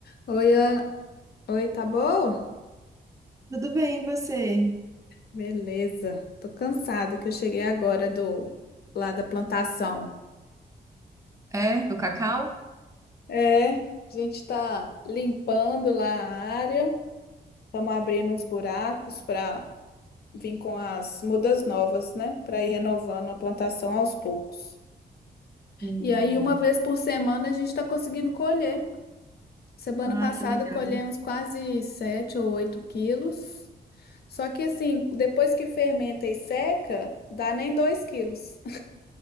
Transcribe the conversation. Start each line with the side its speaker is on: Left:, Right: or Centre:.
Left: Oi, Ana. Oi, tá boa?
Right: Tudo bem, e você?
Left: Beleza. Tô cansada que eu cheguei agora do lá da plantação.
Right: É, do cacau?
Left: É, a gente tá limpando lá a área, estamos abrindo uns buracos para vir com as mudas novas, né? Para ir renovando a plantação aos poucos.
Right: Hum.
Left: E aí, uma vez por semana, a gente está conseguindo colher. Semana
Right: Ai,
Left: passada
Right: que legal.
Left: colhemos quase 7 ou 8 quilos. Só que assim, depois que fermenta e seca, dá nem 2 quilos.